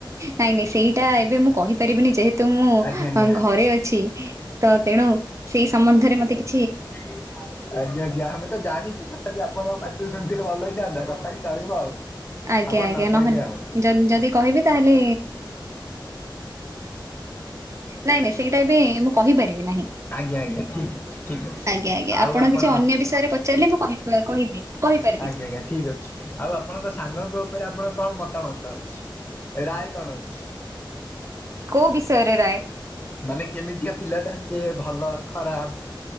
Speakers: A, on the right (about 35°); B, on the left (about 25°).
A: ନାଇଁ ନାଇଁ ସେଇଟା ଏବେ ମୁଁ କହିପାରିବିନି ଯେହେତ ତ ମୁଁ
B: ଆଜ୍ଞା ନିହାତି
A: ଘରେ ଅଛି ତ ତେଣୁ ସେଇ ସମ୍ବନ୍ଧରେ ମତେ କି
B: ମୁ ଏଇ ଆସ ଆଜ୍ଞା ଆଜ୍ଞା ଆମେ ତ ଜାଣିଛୁ ତଥାପି ଆପଣଙ୍କ ପାଟିରୁ ଶୁଣିଥିଲି ଭଲ ହେଇଥାନ୍ତା କଥା ବି ଚଳିବ ଆଉ।
A: ଆଜ୍ଞା
B: ଆପଣ
A: ଆଜ୍ଞା
B: ନ କହିଲ
A: ନହେଲେ
B: ଆଉ <inaudible>
A: ଯଦି କହିବେ ତାହେଲେ ନାଇଁ ନାଇଁ ସେଇଟା ଏବେ ମୁଁ କହିପାରିବି ନାହିଁ
B: ଆଜ୍ଞା ଆଜ୍ଞା ଠିକ। ଠିକ୍ ଅଛି
A: ଆଜ୍ଞା ଆଜ୍ଞା
B: ଆଉ ଆପଣ।
A: କିଛି ଅନ୍ୟ ପଚାରିଲେ ମୁଁ କ କହିବି। କହିପାରିବି
B: ଆଜ୍ଞା ଆଜ୍ଞା ଠିକ ଅଛି। ଆଉ ଆପଣଙ୍କ ସାଙ୍ଗଙ୍କ ଉପରେ ଆପଣଙ୍କ କଣ ମତାମତ ଅଛି, ରାୟ କଣ ଅଛି?
A: କୋଉ ବିଷୟରେ ରାଏ?
B: ମାନେ କେମିତିକା ପିଲାଟା ସିଏ ଭଲ ଖରାପ?